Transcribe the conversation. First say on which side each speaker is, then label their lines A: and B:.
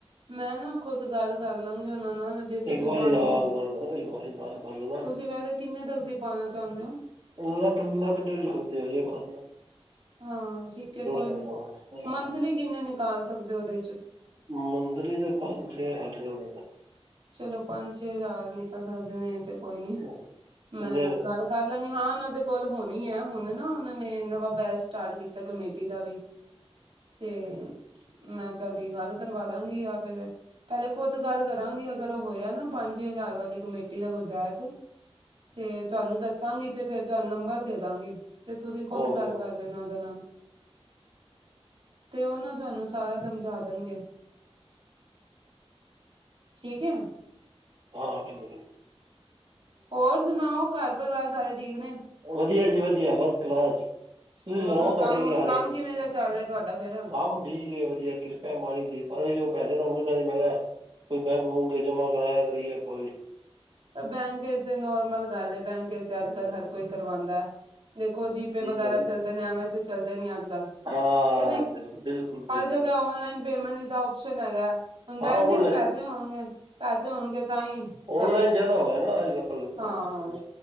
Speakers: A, on the right; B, on the right.
A: ਮੈਂ ਨਾ ਖੁਦ ਗੱਲ ਕਰ ਲਾਂਗੀ ਉਹਨਾਂ ਨੂੰ। ਜੇ ਤੁਸੀਂ
B: ਇੱਕ ਵਾਰੀ
A: ਪਾਣੀ
B: ਆ
A: ਹੈ ਤੇ
B: ਗੱਲ ਇੱਕ ਵਾਰੀ ਗੱਲ ਕਰ ਲੈਣਾ
A: ਤੁਸੀਂ ਵੈਸੇ ਕਿੰਨੇ ਤੱਕ ਦੀ ਪਾਉਣਾ ਚਾਹੁੰਦੇ ਹੋ?
B: ਇੰਨਾ ਕਿੰਨਾ ਕੁ ਦੇਰ ਲੱਗਦੇ ਹੋਜੇਗਾ
A: ਹਾਂ ਠੀਕ ਹੈ ਕੋਈ
B: ਜਾਣਾ
A: ਨੀ, ਮੰਥਲੀ ਕਿੰਨੇ ਨਿਕਾਲ ਸਕਦੇ ਉਹਦੇ '।
B: ਮੰਦਲੀ ਤੇ ਪੰਜ ਸ਼ੈ <unintelligible>
A: ਚਲੋ ਪੰਜ ਛੇ ਹਜ਼ਾਰ ਨਿਕਲ ਸਕਦੇ ਨੇ ਤੇ ਕੋਈ ਨੀ
B: ਕਿ-
A: ਮੈਂ
B: ਕਿੰਨੇ
A: ਗੱਲ ਕਰ ਲਾਂਗੀ ਹਾਂ ਉਹਨਾਂ ਦੇ ਕੋਲ ਹੋਣੀ ਹੈ ਹੁਣ ਨਾ ਉਹਨਾਂ ਨੇ ਨਵਾਂ ਬੈਚ ਸਟਾਰਟ ਕੀਤਾ, ਕਮੇਟੀ ਦਾ ਵੀ। ਤੇ ਮੈਂ ਤੁਹਾਡੀ ਗੱਲ ਕਰਵਾ ਦਾਂਗੀ ਜਾ ਫਿਰ ਪਹਿਲੇ ਖੁੱਦ ਗੱਲ ਕਰਾਂਗੀ ਅਗਰ ਉਹ ਹੋਇਆ ਨਾ ਪੰਜ ਹਜ਼ਾਰ ਵਾਲੀ ਕਮੇਟੀ ਦਾ ਕੋਈ ਬੈਚ ਤੇ ਤੁਹਾਨੂੰ ਦੱਸ ਦੱਸਾਂਗੀ ਤੇ ਫਿਰ ਤੁਹਾਨੂੰ ਨੰਬਰ ਦੇ ਦਾਂਗੀ। ਤੇ ਤੁਸੀਂ ਖੁਦ
B: ਓਕੇ
A: ਗੱਲ ਕਰ ਲੈਣਾ ਓਦੇ ਨਾਲ। ਤੇ ਉਹ ਨਾ ਤੁਹਾਨੂੰ ਸਾਰਾ ਸਮਝਾ ਦੇਣਗੇ। ਠੀਕ ਹੈ।
B: ਹਾਂ ਠੀਕ ਠੀਕ।
A: ਹੋਰ ਸੁਣਾਓ ਘਰ ਪਰਿਵਾਰ ਸਾਰੇ ਠੀਕ ਨੇ?
B: ਵਧੀਆ ਜੀ ਵਧੀਆ ਫਸਟ ਕਲਾਸ। ਤੁਸੀਂ
A: ਹੋਰ
B: ਸੁਣਾਓ ਤੁਹਾਡੇ
A: ਕੰਮ
B: ਕੀ ਹਾਲ
A: ਕੰਮ
B: ਹੈਗਾ।
A: ਕਿਵੇਂ ਦਾ ਚੱਲ ਰਿਹਾ ਤੁਹਾਡਾ ਫੇਰ
B: ਕੰਮ ਠੀਕ ਹੈ ਵਧੀਆ ਕਿਰਪਾ ਮਾਲਕ ਦੀ। ਪਤਾ ਜ ਉਹ ਪੈਸੇ ਦਾ ਬਨਾ ਨੀ ਮੈਂ ਕਿਹਾ ਕੋਈ ਬੈਂਕ ਬੂਕ ਜਮਾ ਕਰਵਾਇਆ ਕਰਾਇਆ ਕਰੀਏ ਆਪਾਂ ਵੀ।
A: ਪਰ ਬੈਂਕ ਤੇ ਨੋਰਮਲ ਗੱਲ ਹੈ ਬੈਂਕ ਤੇ ਅੱਜ
B: ਹਾਂਜੀ
A: ਕੱਲ
B: ਹਾਂਜੀ
A: ਹਰ ਕੋਈ ਕਰਵਾਉਂਦਾ ਏ। ਦੇਖੋ ਜੀਪੇ
B: ਠੀਕ
A: ਵਗੈਰਾ
B: ਹੈ ਜੀ।
A: ਚੱਲਦੇ ਨੇ ਐਵੇਂ ਤੇ ਚੱਲਦੇ ਨੀ ਅੱਜ ਕੱਲ,
B: ਹਾਂ
A: ਕ ਨਹੀਂ?
B: ਬਿਲ- ਬਿਲਕੁਲ ਬਿਲਕੁਲ
A: ਹਰ ਜਗ੍ਹਾ ਔਨਲਾਈਨ ਪੇਮੈਂਟ। ਦਾ ਓਪਸ਼ਨ ਹੈਗਾ ਹੁਣ
B: ਹਾਂ
A: ਬੈਂਕ
B: ਔਨਲਾਈਨ
A: 'ਚ ਪੈਸੇ ਹੋਣਗੇ ਪੈਸੇ ਹੋਣਗੇ ਤਾਂ ਹੀ ਕਰੋਗੇ
B: ਔਨਲਾਈਨ ਜ਼ਿਆਦਾ ਹੋ ਗਿਆ ਨਾ ਅੱਜ ਕੱਲ ਚੱਕ
A: ਹਾਂ